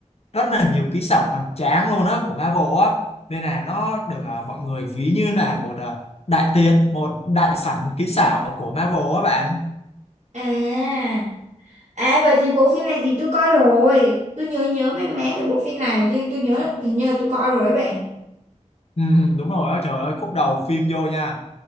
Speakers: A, on the left (about 55°); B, on the right (about 70°).
A: rất là nhiều kỹ xảo hoành tráng luôn á của Marvel á nên là nó được ờ, mọi người ví như là một ờ, đại tiệc, một đại sảnh kỹ xảo của Marvel á bạn.
B: À, à vậy thì bộ phim này thì tôi coi rồi. Tôi nhớ nhớ mang máng về bộ phim này nhưng tôi nhớ là hình như là tôi coi rồi đấy bạn.
A: Ừ, ừ, đúng rồi á, trời ơi khúc đầu phim vô nha